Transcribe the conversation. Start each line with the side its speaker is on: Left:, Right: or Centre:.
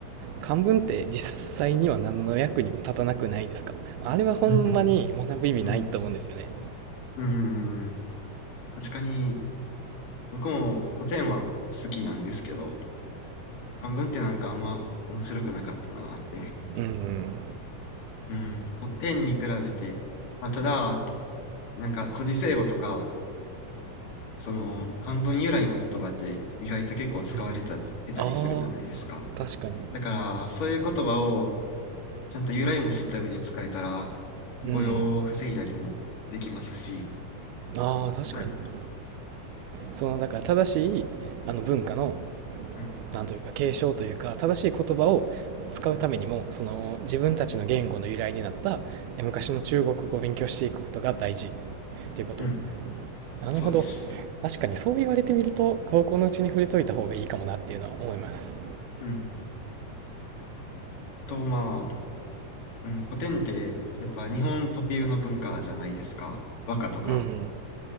Right: 漢文って実際には何の役にも立たなくないですかあれはほんまに学ぶ意味ないと思うんですよね。
Left: うんうん。うん。うんうんうん。確かに、僕も古典は好きなんですけど、漢文ってなんかあんま面白くなかったなって。
Right: うんうん。
Left: うん。古典に比べて、まあ、ただ、なんか古事成語とか、その漢文由来の言葉って意外と結構使われたてたりするじゃないですか。
Right: うん。ああ、確かに。
Left: だから、そういう言葉をちゃんと由来も知った上で使えたら、
Right: うん。
Left: 誤用を防いだりもできますし、
Right: ああ、確かに。
Left: うん、
Right: その、だから正しい、あの文化の、
Left: うん、
Right: なんというか継承というか、正しい言葉を使うためにも、その、自分たちの言語の由来になった、え昔の中国語を勉強していくことが大事っていうこと。
Left: うん、
Right: なるほど。
Left: そうです。
Right: 確かにそう言われてみると、高校のうちに触れといた方がいいかもなっていうのは思います。
Left: うん。と、まあ、うん、古典ってやっぱ日本特有の文化じゃないですか。和歌とか。
Right: うん。